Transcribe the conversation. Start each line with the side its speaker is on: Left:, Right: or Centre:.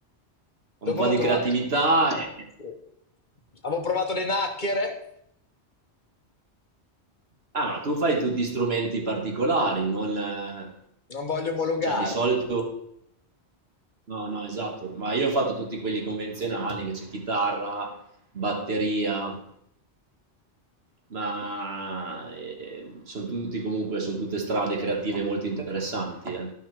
Right: un
Left: Dopo
Right: po'
Left: avevo
Right: di
Left: provato,
Right: creatività. e-
Left: sì. Avevo provato le nacchere,
Right: Ah, ma tu fai tutti strumenti particolari, non... eh,
Left: non voglio omologarmi.
Right: Cioè, di solito... No, no, esatto, ma io ho fatto tutti quelli convenzionali, invece chitarra, batteria, ma eh, sono tutti comunque, sono tutte strade creative molto interessanti, eh.